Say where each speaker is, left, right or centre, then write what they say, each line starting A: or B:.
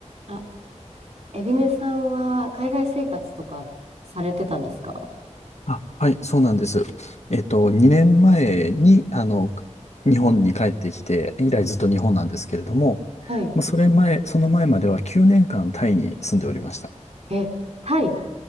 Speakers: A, on the right; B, on the left.
A: あ、エビネさんは海外生活とかされてたんですか
B: あ、はい、そうなんです。えっと、2年前に、あの、日本に帰ってきて、以来ずっと日本なんですけれども、
A: はい。
B: まあ、それ前、その前までは9年間タイに住んでおりました。
A: え、タイ、す